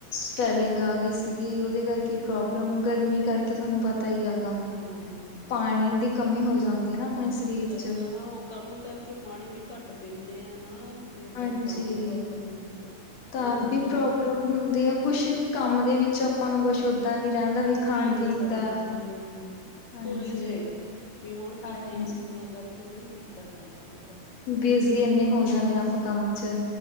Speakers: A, on the left; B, on the left.
A: ਸਵੇਲਿੰਗ ਆ ਗਈ ਸੀਗੀ, ਉਹਦੇ ਕਰਕੇ ਪ੍ਰੋਬਲਮ ਗਰਮੀ ਕਰਕੇ ਤੁਹਾਨੂੰ ਪਤਾ ਪਤਾ ਹੀ ਹੈਗਾ,
B: ਹਾਂ ਹਾਂ ਹਾਂ
A: ਪਾਣੀ ਦੀ ਕਮੀ ਹੋ ਜਾਂਦੀ ਹੈ ਨਾ। ਆਪਣੇ ਸਰੀਰ
B: ਆਪਣਾ
A: ਚ
B: ਹਾਂ ਉਹ ਕੰਮ ਕਰਕੇ ਪਾਣੀ ਵੀ ਘੱਟ ਪੀਂਦੇ ਆ ਨਾ। ਤੇ
A: ਹਾਂਜੀ,
B: ਫੇਰ ਤਾਂ ਵੀ ਪ੍ਰੋਬਲਮ ਹੁੰਦੀ ਆ
A: ਤਾਂ
B: ਉਹਨਾਂ
A: ਵੀ
B: ਨੂੰ ਲੱਗਿਆ
A: ਪ੍ਰੋਬਲਮ ਹੁੰਦੀ ਆ, ਕੁਛ ਕੰਮ ਦੇ ਵਿੱਚ ਚ ਆਪਾਂ ਨੂੰ ਕੁਛ ਓਦਾਂ ਨੀ ਰਹਿੰਦਾ ਵੀ ਖਾਣ
B: ਪੀ ਨਹੀਂ
A: ਪੀਣ
B: ਸਕਦੇ
A: ਦਾ
B: ਹਮ,
A: ਹਾਂਜੀ
B: ਪੁਲ ਹੀ ਜਾਇਦਾ। ਵੀ ਹੁਣ ਪੀਂਨੇ
A: ਹਾਂਜੀ
B: ਆ ਪੀਂਨੇਂ ਕਰਕੇ ਨਹੀਂ ਪੀਤਾ ਜਾਂਦਾ ਹੁਣ ਪਾਣੀ।
A: ਬਿਜੀ ਇੰਨੇ ਹੋ ਜਾਂਦੇ ਆਾਂ ਆਪਾਂ ਕੰਮ 'ਚ,